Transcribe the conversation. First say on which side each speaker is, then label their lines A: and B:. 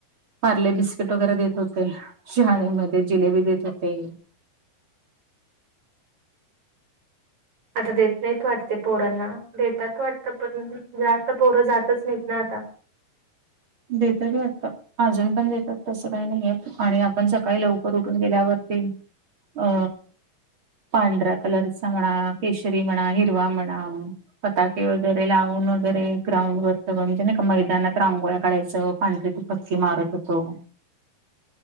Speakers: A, on the right; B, on the right.
A: पार्ले बिस्किट वगैरे देत होते शाळेमधे जिलेबी देत होते.
B: आता देत नाहीत वाटते पोरांना देतात वाटत पण जा स्त पोरं जातच नाहीत ना आता.
A: देत्यात वाटत. आजून पण देतात तसं काही नाहीय आणि आपण सकाळी लवकर उठून गेल्यावरती अ पांढऱ्या कलरचा म्हणा, केशरी म्हणा, हिरवा म्हणा पताके वगैरे लावून वगैरे ग्राउंडवरत म्हणजे नाही का मैदानात रांगोळ्या काडायचं पांढरी त पक्की मारत होतो.